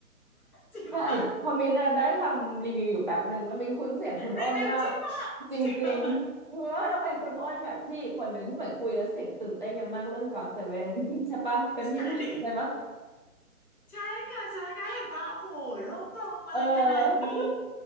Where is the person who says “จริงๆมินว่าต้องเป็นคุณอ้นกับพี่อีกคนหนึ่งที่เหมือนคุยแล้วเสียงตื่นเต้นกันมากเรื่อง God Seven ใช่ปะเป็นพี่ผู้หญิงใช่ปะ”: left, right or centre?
Right